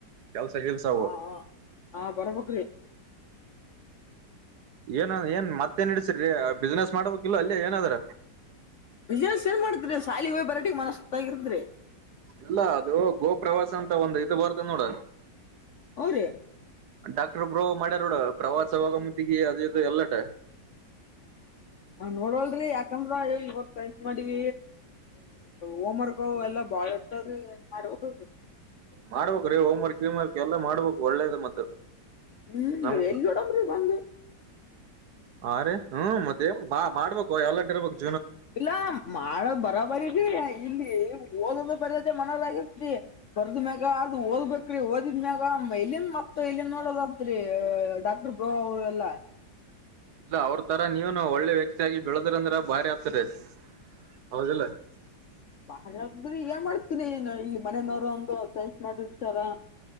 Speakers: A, on the right; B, on the left.
A: ಕೆಲ್ಸ ಗಿಲ್ಸ ಅವು.
B: ಆ ಆ ಬರ್ಬಕ್ರಿ
A: ಏನ್ ಏನ್ ಮತ್ತೇನ್ ಇಡಸರಿ ಬಿಸ್ನೆಸ್ ಮಾಡ್ಬೇಕ ಇಲ್ಲ ಅಲ್ಲಿ ಏನಾದ್ರ.
B: ಬಿಜನೇಶ ಏನ್ ಮಾಡ್ತೀರಿ ರ ಶಾಲಿ ಹೋಗಿ ಬರಾಟ ಮನ ಸುಸ್ತ ಆಗಿರ್ತರಿ.
A: ಇಲ್ಲ ಅದು ಗೋ ಪ್ರ್ರವಾಸ ಅಂತ ಒಂದ ಇದು ಬರ್ತದೆ ನೋಡ.
B: ಹೌದ್ರಿ
A: ಡಾಕ್ಟ್ರ ಬ್ರೋ ಮಾಡ್ಯಾರ ನೋಡ ಪ್ರವಾಸ ಹೋಗ ಮತ್ತಿಗೆ ಅದ ಇ ಎಲ್ಲಟ.
B: ನಾ ನೋಡವಲ್ರೀ ಯಾಕಂದ್ರ ಇವಾಗ ಸೈನ್ಸ್ ಮಾಡಿವ ಹೋಮ್ವರ್ಕ್. ಹಗ ಎಲ್ಲಾ ಬಾಳ ಹತ್ತದ್ರ ಏನ್ ಮಾಡ್ಬಕ.
A: ಮಾಡ್ಬೇಕ ರೀ ಹೋಮ್ ವರ್ಕ್ ವೀಮ್ ವರ್ಕ್ ಎಲ್ಲ ಮಾಡ್ಬೇಕು ಒಳ್ಳೇದ ಮತ್ತ.
B: ಹ್ಮ್
A: ನಮ್
B: ಎಲ್ಲೂಡ ಮುರಗ ಅಂದು.
A: ಆ ರ ಹ್ಮ್ ಮತ್ತೆ ಬಾ ಮಾಡ್ಬೇಕು ಎಲ್ಲಡ್ ಇರ್ಬೇಕ <unintelligible>
B: ಇಲ್ಲ ಮಾಡ ಬರಬರೀ ಇಲ್ಲಿ <unintelligible> ಓದದ್ರ ಬರ್ಯದೇ ಮನದ ಆಗತ್ರಿ ಬರ್ದ ಮ್ಯಾಗ ಅದ್ ಓದ್ಬೇಕ್ರಿ ಓದಿದ್ಮ್ಯಾಗ ಇಲ್ಲಿಂದ <unintelligible> ಮ ಇಲ್ಲಿ ನೋಡೋದಾದ್ರಿ ಡಾಕ್ಟರ್ ಬ ಅವರು ಎಲ್ಲಾ <unintelligible>
A: ಅವ್ರ ತರ ನೀವನು ಒಳ್ಳೆ ವ್ಯಕ್ತಿಯಾಗಿ ಬೆಳೆದ್ರಂದ್ರ ಭಾರಿ ಆತದೆ <unintelligible> ಹೌದಲ್ಲ <unintelligible>
B: ಬಾಳದ್ರಿ ಏನ್ ಮಾಡ್ತೀನಿನು ಇಲ್ಲಿ ಮನನವರು ಒಂದು ಸೆನ್ಸ್ ಮಾಡಿಷಾರ <unintelligible>